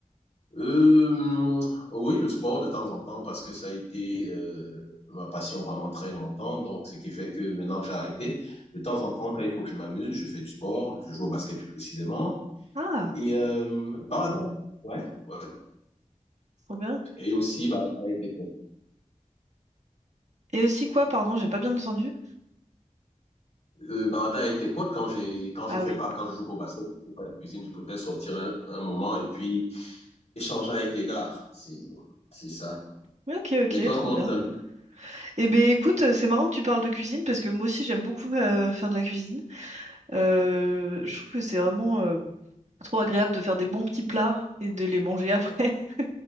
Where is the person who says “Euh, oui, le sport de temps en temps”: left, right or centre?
Left